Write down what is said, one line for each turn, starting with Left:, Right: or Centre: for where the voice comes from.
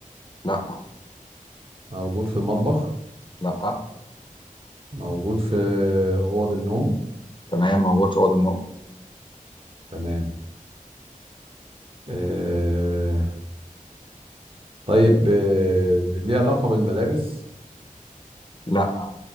Left: لا
Right: موجود في المطبخ
Left: لا آه،
Right: موجود في اوض النوم
Left: تمام موجود في أوض النوم
Right: تمام آه، طيب آه، ليه علاقة بالملابس
Left: لا